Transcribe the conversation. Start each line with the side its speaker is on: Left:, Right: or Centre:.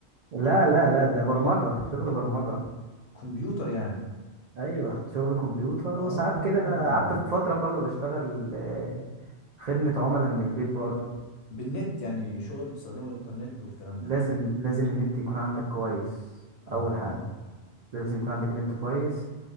Right: لا لا لا ده برمجه شغل برمجه
Left: كمبيوتر يعني
Right: ايوه شغل كمبيوتر
Left: اه
Right: وساعات كده قعدت في فتره برضو بشتغل آه، خدمه عملاء من البيت برضو
Left: بالنت يعني شغل بيستخدموا الانترنت والكلام
Right: لازم
Left: ده
Right: لازم النت يكون عندك كويس
Left: اه
Right: اول حاجه لازم يكون عندك نت كويس